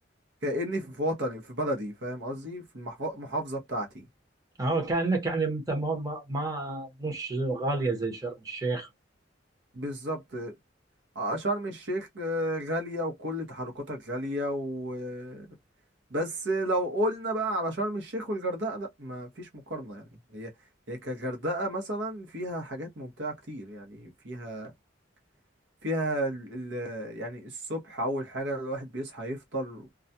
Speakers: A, on the right; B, on the right.
A: كأني في وطني في بلدي فاهم قصدي في المحف- المحافظة بتاعتي
B: أو كأنك يعني أنت ما ما ما- مش غالية زي شرم الشيخ
A: بالظبط آه، شرم الشيخ آه، غالية وكل تحركاتها غالية و آه، بس لو قلنا بقى على شرم الشيخ والغردقة لا ما فيش مقارنة يعني هي هي كغردقة مثلا فيها حاجات ممتعة كتير يعني فيها فيها ال ال يعني الصبح اول حاجه الواحد بيصحى يفطر